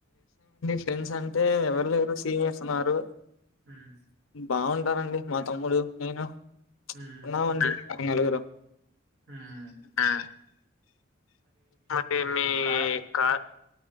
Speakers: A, on the left (about 80°); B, on the right (about 65°).
A: ఫ్రెండ్స్ అంటే ఎవరు లేరు సీనియర్స్ ఉన్నారు
B: హ్మ్.
A: బాగుంటారంండి మా తమ్ముడు నేను
B: హ్మ్.
A: ఉన్నామండి ఆ నలుగురు
B: హ్మ్.
A: ఆ మధ మీ
B: కా
A: క